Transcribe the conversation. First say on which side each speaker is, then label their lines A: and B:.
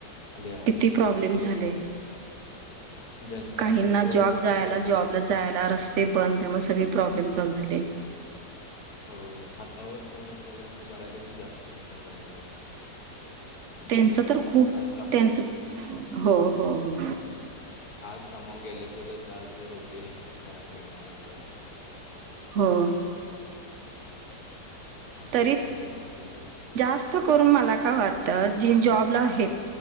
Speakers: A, on the left; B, on the right.
A: आल्या
B: किती प्रॉब्लेम
A: होय
B: झाले,
A: ज्यांच्या
B: काहींना
A: हातावर
B: जॉब
A: पोट
B: जायला
A: आहे त्यांना
B: जॉबला जायला रस्ते बंद, त्यामुळं सगळे प्रॉब्लेम चालू झाले
A: होय, हातावर पोट असलेल्यांच बऱ्यापैकी जास्त नुकसान झालेलं आहे.
B: त्यांच
A: ज्यांना म्हणजे
B: तर खूप,
A: आज काम
B: त्यांच हो हो हो
A: हम्म. आज कामावर गेलं तरचं आज रोटी, घरात मिळणार असं
B: हों.
A: अशा
B: तरी,
A: लोकांना बराचसा पण
B: जास्त करून मला काय वाट तर जे जॉबला आहेत,